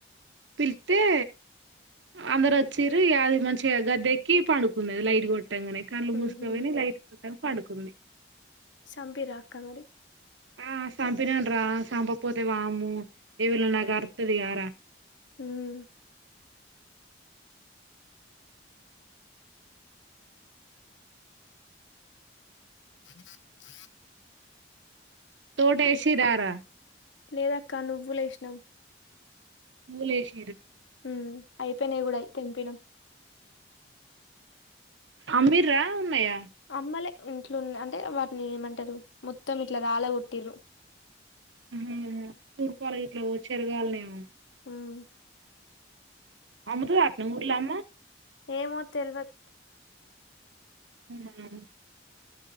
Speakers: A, on the right; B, on the left.
A: పిలిత్తె అందరు వచ్చిరు అది మంచిగా గద్దె ఎక్కి పడుకుంది లైట్ కొట్ పట్టంగనే కళ్ళు
B: ఉహు
A: మూసుకపోయినాయి లైట్ కొట్టగ పడుకుంది
B: చంపి రా అక్క మరి
A: ఆ చంపినాను రా చంపపోతే వామ్మో ఎవళనన్నా కరుత్తాదిగా రా
B: హ్మ్ పన్న క
A: తోట ఎసిరారా
B: లేదక్క నువ్వు లేసినం
A: పూలేసి
B: హ్మ్ అయిపోయినాయి కూడా అయి తెంపినం.
A: అమ్మిర్రా ఉన్నాయా
B: అమ్మలే ఇంట్ల ఉన్నాయి అంటే వాటిని ఏమంటారు మొత్తం ఇట్లా రాల గొట్టిర్రు
A: హ్మ్ తూర్పల ఇట్లా చెరగాలనేమో
B: ఉమ్
A: అమ్ముతుదా ఆటిని ఊర్లో అమ్మ
B: ఏమో తెల్వదు
A: హ్మ్ మ్మ్